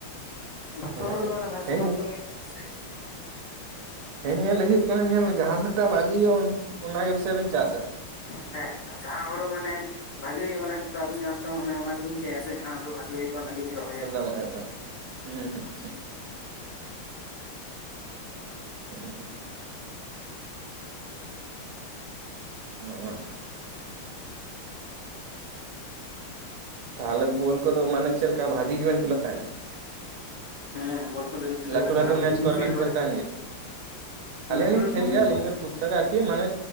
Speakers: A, on the left; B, on the right.
A: ᱡᱷᱚᱛᱚ
B: ᱦᱮᱸ
A: ᱦᱚᱲ ᱫᱚ ᱢᱟᱱᱮ ᱥᱚᱢᱟᱱ
B: ᱦᱮᱸ
A: ᱛᱚ ᱵᱟᱝ ᱦᱩᱭᱩᱜ-ᱟ ᱥᱮ ᱥᱮ᱾
B: ᱦᱮᱸ ᱧᱮᱞ ᱦᱩᱭᱩᱜ ᱠᱟᱱᱟ ᱧᱮᱞ ᱢᱮ ᱡᱟᱦᱟᱸ ᱥᱮᱴᱟᱜ ᱵᱷᱟᱜᱤ ᱦᱩᱭᱩᱜ-ᱟ ᱚᱱᱟᱜᱮ ᱵᱮᱥᱤ ᱵᱮᱱ ᱪᱟᱥᱟ᱾
A: ᱦᱮᱸ ᱡᱟᱦᱟᱸ ᱦᱩᱲᱩ ᱢᱟᱱᱮ, ᱵᱷᱟᱜᱤ ᱦᱩᱭᱩᱜ-ᱟ ᱚᱱᱟ ᱜᱮᱛᱚ ᱟᱵᱤᱱᱟᱜ ᱦᱚᱸ ᱛᱚ ᱚᱱᱮ ᱚᱱᱟ ᱜᱮᱵᱤᱱ ᱪᱟᱹᱭᱟ ᱥᱮ ᱡᱟᱦᱟᱸ ᱦᱩᱲᱩ ᱵᱷᱟ -ᱜᱮ ᱦᱩᱭᱩᱜ-ᱟ ᱚᱱᱟ ᱜᱮ ᱵᱤᱱ ᱨᱚᱦᱚᱭᱟ᱾
B: ᱦᱚᱸ ᱮᱠᱫᱚᱢ᱾ ᱦᱩᱸ ᱦᱩᱸ ᱦᱩᱸ᱾ ᱦᱩᱸ ᱦᱩᱸ᱾ ᱚᱻ᱾ ᱛᱟᱦᱚᱞᱮ ᱵᱚᱞ ᱠᱚᱫᱚ ᱢᱟᱱᱮ ᱪᱮᱞᱠᱟ ᱵᱷᱟᱜᱤ ᱜᱮᱵᱮᱱ ᱠᱷᱮᱞᱳᱜ ᱛᱟᱦᱮᱸᱱᱟ?
A: ᱦᱮᱸ ᱵᱚᱞ ᱠᱚᱫᱚᱞᱤᱧ ᱠᱷᱮᱞᱳ
B: ᱞᱟᱹᱴᱩ
A: ᱵᱟᱲᱟᱜ ᱠᱟᱱᱟ
B: ᱞᱟᱹᱴᱩ
A: ᱟᱹᱵᱤᱱ
B: ᱢᱮᱪ
A: ᱫᱚᱵᱤᱱ
B: ᱠᱚᱨᱮ ᱵᱮᱱ
A: ᱵᱟᱲᱟ
B: ᱠᱷᱮᱞ ᱛᱟᱦᱮᱸᱱ ᱜᱮᱭᱟ? ᱟᱹᱞᱤᱧ
A: ᱞᱟᱹᱴᱩ
B: ᱦᱚᱸᱞᱤᱧ
A: ᱞᱟᱹᱴᱩ
B: ᱠᱷᱮᱞ
A: ᱢᱮᱪ
B: ᱜᱮᱭᱟ ᱟᱹᱞᱤᱧ ᱫᱚ ᱴᱩᱠ ᱴᱟᱠ ᱟᱨ ᱠᱤ ᱢᱟᱱᱮ